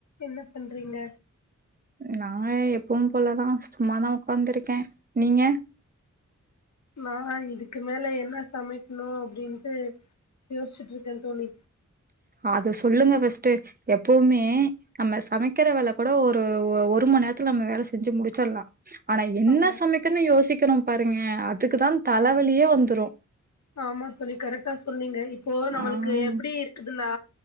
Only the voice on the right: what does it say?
நா எப்பவும்போலதா சும்மாதா ஒக்காந்துருக்கே நீங்க
அத சொல்லுங்க ஃபஸ்ட்டு எப்பவுமே நம்ம சமைக்கற வேல கூட ஒரு ஒ ஒரு மண்நேரத்துல நம்ம வேல செஞ்சு முடிச்சட்லா ஆனா என்ன
சமைக்கனு யோசிக்கறோம் பாருங்க அதுக்குதான் தலவலியே வந்துரும்
ஆம்